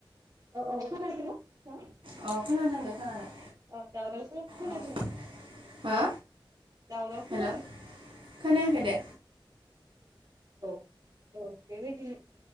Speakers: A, on the right (about 45°); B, on the right (about 80°).
A: औ औ खोनादों <unintelligible>
B: अ खोनादों दे खोनादों
A: औ नामा <unintelligible>
B: औ हो
A: दावराव खोनादों
B: हेल' खोनायाखै दे
A: <unintelligible> औ बेबायदिनो